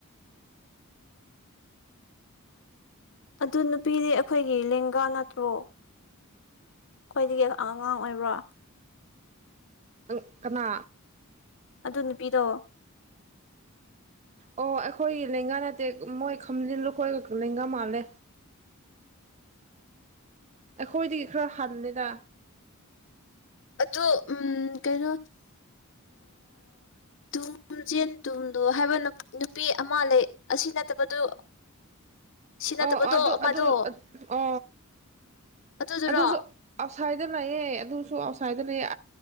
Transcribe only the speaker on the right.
ꯎ ꯀꯅꯥ
ꯑꯣ ꯑꯩꯈꯣꯏꯒꯤ ꯂꯦꯡꯒꯥ ꯅꯠꯇꯦ ꯃꯣꯏ ꯈꯝꯖꯤꯜꯂꯨꯈꯣꯏꯒ ꯂꯦꯡꯒꯥ ꯃꯥꯜꯂꯦ ꯑꯩꯈꯣꯏꯗꯒꯤ ꯈꯔ ꯍꯟꯅꯅꯤꯦꯗ
ꯑ ꯑꯗꯨ
ꯑꯗꯨ ꯑ
ꯑꯗꯨꯁꯨ ꯑꯥꯎꯠꯁꯥꯏꯗ ꯂꯥꯛꯑꯦ ꯑꯗꯨꯁꯨ ꯑꯥꯎꯠꯁꯥꯏꯗ ꯂꯩꯑꯦ